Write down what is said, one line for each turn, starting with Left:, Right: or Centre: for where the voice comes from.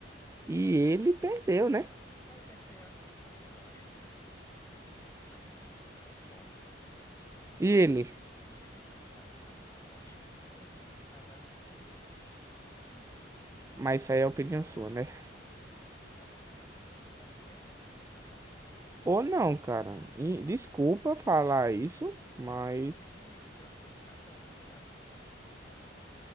Right: e ele perdeu, né?
Left: Mas é que é assim, né? Eu acho que Fortnite era de console
Right: E
Left: e,
Right: ele?
Left: e ele é de celular, então acho que não tem muito nada a ver, né? Porque tem gente que não tem os dois.
Right: Mas isso aí é opinião sua, né?
Left: É a opinião minha que tá certíssima, né?
Right: Ou não, cara. E Desculpa falar isso, mas.
Left: Tranquilo, tranquilo, cada um tem a sua opinião